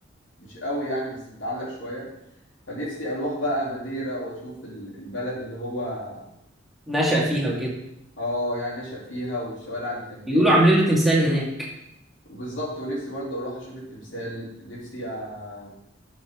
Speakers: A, on the left; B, in the centre.
A: مش قوي يعني بس متعلق شوية فنفسي أروح بقى ماديرا وأشوف ال- البلد اللي هو اه
B: نشأ فيها وكده
A: آه، يعني نشأ فيها والشوارع اللي كان
B: بيقولوا
A: بيمشي
B: عاملين
A: فيها
B: له تمثال هناك
A: بالظبط ونفسي برضه أروح أشوف التمثال نفسي أ...